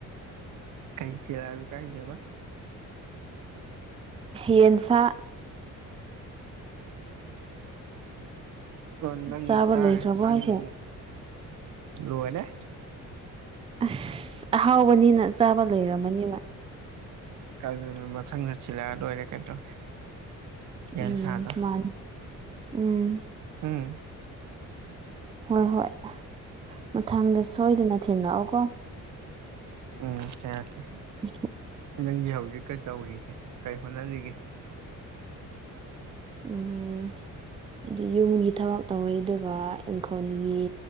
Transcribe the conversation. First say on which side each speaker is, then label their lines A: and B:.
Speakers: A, on the right; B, on the right.
A: ꯀꯩ ꯊꯤꯜꯂꯛꯑꯁꯨ ꯀꯥꯏꯗꯦꯕ
B: ꯌꯦꯟꯁꯥ
A: ꯑꯣ ꯅꯪ
B: ꯆꯥꯕ
A: ꯆꯥ
B: ꯂꯣꯏꯈ꯭ꯔꯕꯣ
A: ꯆꯥꯅꯤꯡ
B: ꯍꯥꯏꯁꯦ
A: ꯂꯣꯢꯔꯦ
B: ꯑꯁ ꯑꯍꯥꯎꯕꯅꯤꯅ ꯆꯥꯕ ꯂꯣꯢꯔꯝꯃꯅꯦꯕ
A: ꯑꯗꯨꯅꯤ ꯃꯊꯪꯗ ꯊꯤꯜꯂꯛꯑ ꯂꯣꯏꯔꯦ ꯀꯩꯗꯧꯔꯒꯦ ꯌꯦꯟꯁꯥꯗꯣ
B: ꯎꯝ ꯃꯥꯅꯤ ꯎꯝ
A: ꯎꯝ
B: ꯍꯣꯏ ꯍꯣꯏ ꯃꯊꯪꯗ ꯁꯣꯏꯗꯅ ꯊꯤꯟꯂꯛꯑꯣ ꯀꯣ
A: ꯎꯝ ꯊꯤꯜꯂꯛꯀꯦ
B: <unintelligible>
A: ꯅꯪꯗꯤ ꯍꯧꯖꯤꯛ ꯀꯩ ꯇꯧꯔꯤꯒꯦ ꯀꯩ ꯍꯣꯠꯅꯔꯤꯒꯦ
B: ꯎꯝ ꯑꯩꯗꯤ ꯌꯨꯝꯒꯤ ꯊꯕꯛ ꯇꯧꯢ ꯑꯗꯨꯒ ꯏꯪꯈꯣꯜꯒꯤ